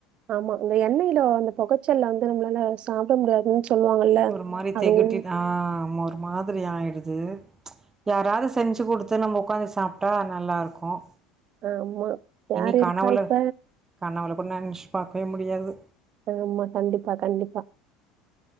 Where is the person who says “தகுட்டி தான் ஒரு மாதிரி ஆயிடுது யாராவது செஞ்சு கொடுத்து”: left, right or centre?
Right